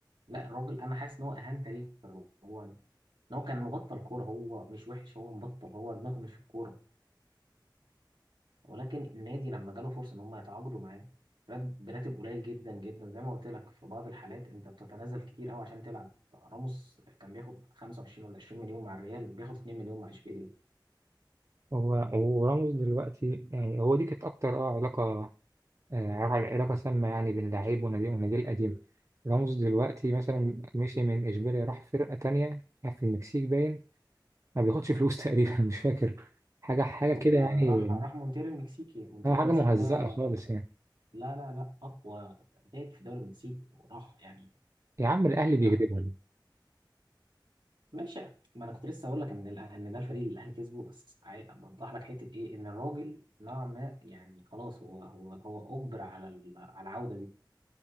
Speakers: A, on the right (about 70°); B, on the right (about 40°).
A: لا الراجل انا حاسس ان هو اهان تاريخه في الموضوع ده ان هو كان مبطل كورة هو مش وحش هو مبطل هو دماغه مش في الكورة ولكن النادي لما جاله فرصه ان هم يتعاقدوا معاه رد- براتب قليل جدا جدا زي ما قلت لك في بعض الحالات انت بتتنازل كتير قوي عشان تلعب فراموس كان بياخد 25 ولا 20 مليون مع الريال بياخد 2 مليون مع اشبيليه
B: هو وراموس دلوقتي يعني هو دي كانت أكتر اه علاقة آه، علاقة علاقة سامة يعني بين لعيب ونادي ونادي القديم راموس دلوقتي مثلا مشي من إشبيلية راح فرقة تانية راح في المكسيك باين ما بياخدش فلوس تقريبا <laughs> مش فاكر حاجة حاجة
A: خد
B: كده
A: راح
B: يعني
A: راح مونتيري المكسيكي مونتيري
B: آه، حاجة
A: المكسيكي
B: مهزأة
A: ده
B: خالص يعني
A: لا لا لا اقوى نادي في الدوري المكسيكي وراح يعني
B: يا عم الأهلي بيكذبوا
A: لا ماشي ما انا كنت لسه اقول لك ان ال- ان ده الفريق اللي الاهلي كسبه بس عاي- اوضح لك حته ايه ان الراجل نوعا ما يعني خلاص هو هو هو اجبر على ال- على العوده دي